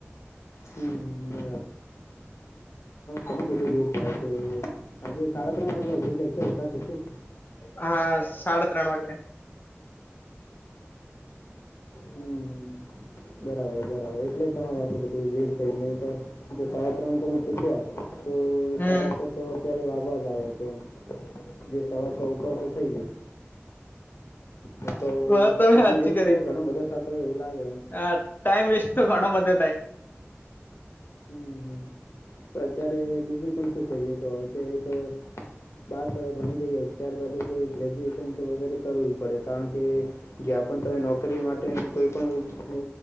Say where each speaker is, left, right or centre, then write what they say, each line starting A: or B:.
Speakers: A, on the left; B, on the left.
A: હમ હમ ઘણું બધું લેટ થાય છે. આજે સાડા ત્રણ વાગ્યા સુધી લેકચર હતા કે શું?
B: હા સાડા ત્રણ વાગ્યા.
A: હમ, બરાબર બરાબર. એટલે, તમારે આટલું બધું લીટ થય જો નહીં તો સાડા ત્રણ તમે છૂટ્યા. તો
B: હમ
A: સાડા છ તો અત્યારે વાઘવા જ આવ્યા છે. જે સવા છ ઉપર તો થઈ ગય. નહીં તો
B: વાત તમે
A: ટાઈમ
B: સાચી
A: વેસ્ટ
B: કરી
A: ઘણો બધો થતો હોય એવું લાગે એમ.
B: હા ટાઈમ વેસ્ટ તો ઘણો બધો થાય.
A: હમ હમ પણ અત્યારે બીજું પણ શું કરીએ કો તો એક બાર ભણી લઈએ ત્યારબાદ કોઈ ગ્રેજ્યુએશન તો વગેરે કરવું જ પડે કારણ કે જ્યાં પણ તમે નોકરી માટેની કોઈ પણ